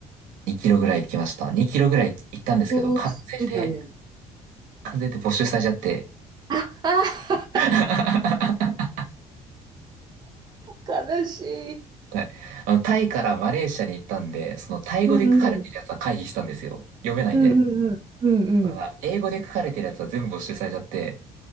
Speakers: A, on the right (about 80°); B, on the right (about 30°).
A: 2キロぐらい行きました。2キロぐらい行ったんですけど、
B: おー、
A: 完全関税で、
B: 好きだね。
A: 関税で没収されちゃって。
B: あ、あ
A: <laughs>
B: ー、悲しい。
A: はい。あの、タイからマレーシアに行ったんで、そのタイ語で書かれてるやつは回避したんですよ。
B: うんうん。
A: 読めないんで。
B: うんうんうん。うんうん。
A: ただ、英語で書かれてるやつは全部没収されちゃって、